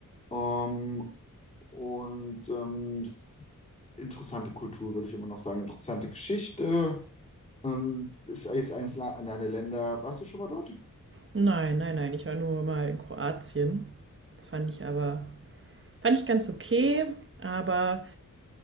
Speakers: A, on the left (about 20°); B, on the right (about 35°).
A: ähm, und ähm, f- interessante Kultur, würde ich immer noch sagen, interessante Geschichte. Ähm, ist jetzt eins la- an deine Länder. Warst du schon mal dort?
B: Nein, nein, nein, ich war nur mal in Kroatien. Das fand ich aber, fand ich ganz okay, aber